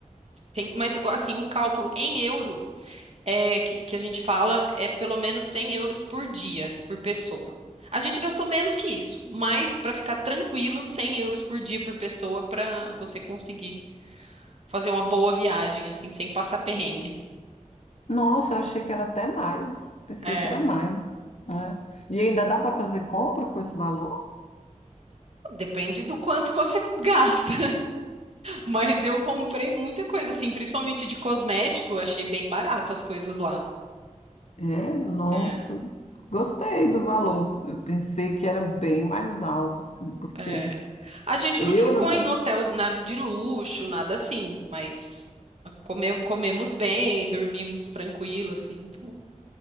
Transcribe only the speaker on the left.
Nossa, eu achei que era até mais. Pensei
que era mais, né? E ainda dá para fazer compra com esse valor?
É, nossa.
Gostei do valor. Eu pensei que era bem mais alto, assim, porque
euro,
né?